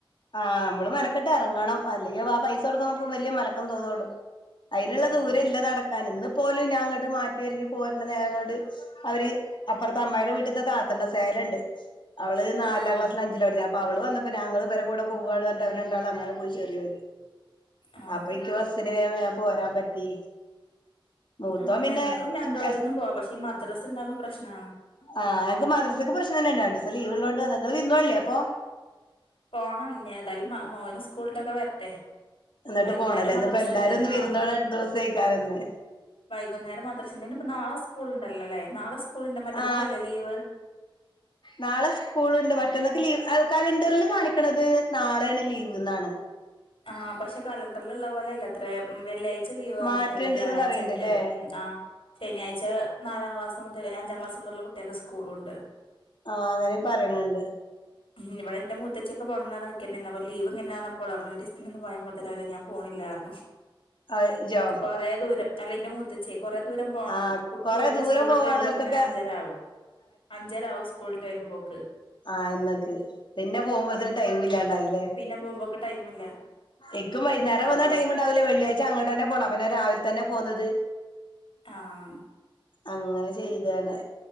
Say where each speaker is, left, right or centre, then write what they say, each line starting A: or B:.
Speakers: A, on the left; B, on the left.
A: ആഹ് നമ്മള് മനക്കെട്ട ഇറങ്ങണം അല്ലെങ്ക ആ പൈസ കൊടുക്കാ നമുക്ക് വലിയ മനക്കം തോന്നള്ളൂ അയന്നള്ള
B: ആഹ്
A: ദൂരം ഇല്ല നടക്കാൻ ഇന്ന് പോലും ഞാ അങ്ങോട്ട് മാറ്റി ഒരുങ്ങി പോരണ്ട നേരം കൊണ്ട് അവര് അപ്പുറത്തെ അമ്മ്യുടെടെ വീട്ടിലത്തെ അപ്പർത്തെ അമ്മായിന്റെ വീട്ടത്തെ താത്തണ്ടന്റെ സേലുണ്ട് അവള് നാലാം
B: ആഹ്
A: ക്ലാസിൽ അഞ്ചില പടിക്ക അപ്പൊഅവൾ വന്നപ്പോ അവള് വന്നപ്പോ ഞങ്ങള് ഇര കൂടെ പോവയാണ് രണ്ടാൾ അങ്ങനെ പോയി ചെറിയൊര്
B: ആഹ്
A: അപ്പൊ എക്ക് ബസ്സിന് വേ പോരാൻ പറ്റി മൂത്തോൻ
B: ആ ഞങ്ങൾക്കും
A: പിന്നെ
B: രണ്ടിടത്തൊന്നും
A: എസ്
B: പോവാ പക്ഷേ ഈ മദ്രാസ് ഉണ്ടാവകുമ്പോ പ്രശ്നമാണ്
A: ആഹ് ഞക്ക് മദ്രസക്ക് പ്രശ്നം തന്നെ ഉണ്ടണ്ട് സ ലീവ് ഉള്ളോണ്ട് നിങ്ങൾ വിരുന്നല്ലേ അപ്പൊ
B: പോണം ഞാ ഏതായാലും മോന് സ്കൂളിട്ടൊക്കെ വരട്ടെ
A: എന്നിട്ട്
B: വൈകുന്നേരം
A: പോണല്ലേ
B: മദ്രസ
A: ഇന്ന് ഇപ്പ എല്ലാരും
B: ഇണ്ട്
A: ഒന്ന്
B: ആഹ്
A: വിരന്തോള എട്ടു ദിവസം ആക്കാൻന്ന്
B: വൈകുന്നേരം മാദർശന് ഇപ്പ നാളെ സ്കൂൾ ഉണ്ടല്ലോല്ലേ നാളെ സ്കൂൾ ഉണ്ട് മറ്റന്നാളല്ലേ
A: ആ
B: ലീവ്
A: നാളെ സ്കൂളുണ്ട് മറ്റന്നൊക്കെ ലീവ് കലണ്ടറിൽ കാണിക്കണത് നാളെയാണ് ലീവ് എന്നാണ്
B: ആഹ പക്ഷെ കാലംന്തിലള്ള പോലെയല്ല അത്ര വെള്ളിയഴ് ലീവ് വന്നക്കാണ്
A: മാറ്റുണ്ട്ന്ന്
B: വ്യാഴാഴ്ച
A: പറയണ്ടല്ലേ
B: ഉണ്ട് ഉ ആ ശനിയാഴ്ച നാലാം ക്ലാസ് മുതൽ അഞ്ചാം ക്ലാസ് മുതലുള്ള കുട്ടികൾെ സ്കൂളുണ്ട്
A: ആഹ അങ്ങനെ പറയണണ്ട്
B: ഉം ഇവിടെ എന്റെൂത്തച്ചൊക്ക പോണംന്നാണ് നക്കപ്പൊ ലീവ്ങ്ങനാണ പോള ൊന്ന് പോയാ മുതലല്ല ഞാൻ പോണില്ലായിരുന്നു
A: ആ, ജോ
B: കൊറെേ ദൂരം അല്ല എന്റെ മൂത്തച്ചേ കുറെേ ദൂരം പോകണം
A: ആ
B: കുട്ടി
A: കൊറേ
B: കൂടെ
A: ദൂരം
B: സ്കൂളിട്ട്
A: പോവാനുള്ളവർക്കൊക്കെ
B: വരുമ്പോൾ ഇങ്ങനെ അഞ്ചര ആവുംും അഞ്ചര ആകും സ്കൂളിട്ട് വരുമ്പോ ്പോക്ക്
A: ആഹ ഇന്നൊക്ക് പിന്നെ പോകുമ്പോത്ര ടൈം ഇല്ലാണ്ടായില്ലേ
B: പിന്നെ പോകുമ്പോക്ക് ടൈമില്ല
A: എക്കും വൈകേരം
B: അപ്പ
A: വന്ന ടൈം ഉണ്ടാവൂില്ലേ വെള്ളിയാഴ്ച അങ്ങട്ട് തന്നെ പോണം അപ്പന്ന രാവിലെ തന്നെ പോകുന്നത്
B: ആഹ
A: അങ്ങനെ ചെയ്താണ്